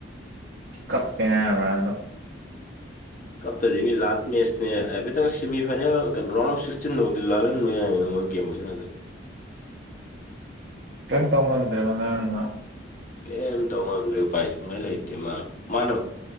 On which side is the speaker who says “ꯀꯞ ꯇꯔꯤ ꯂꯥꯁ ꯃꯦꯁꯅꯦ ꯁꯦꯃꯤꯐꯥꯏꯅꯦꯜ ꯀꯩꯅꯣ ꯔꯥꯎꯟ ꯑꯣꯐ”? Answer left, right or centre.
Left